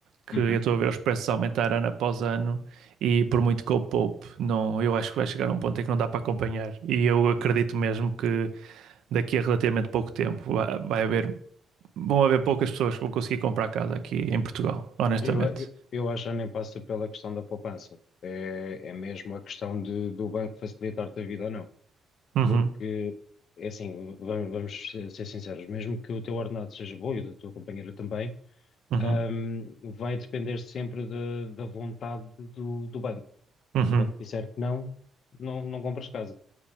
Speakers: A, on the right; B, on the left.
A: que
B: Uhum.
A: eu estou a ver os preços aumentar ano após ano e por muito que eu poupe, não, eu acho que vai chegar a um ponto em que não dá para acompanhar. E eu acredito mesmo que daqui a relativamente pouco tempo vai, vai haver, vão haver poucas pessoas que vão conseguir comprar casa aqui em Portugal, honestamente.
B: Eu, a- eu, eu acho que já nem passa pela questão da poupança. É, é mesmo a questão de, do banco facilitar-te a vida ou não.
A: Uhum,
B: Porque, é assim, vamos, vamos ser ser sinceros, mesmo que o teu ordenado seja bom e o da tua companheira também,
A: uhum,
B: ahm, vai depender sempre da, da vontade do, do banco.
A: uhum.
B: Se o banco disser que não, não, não compras casa.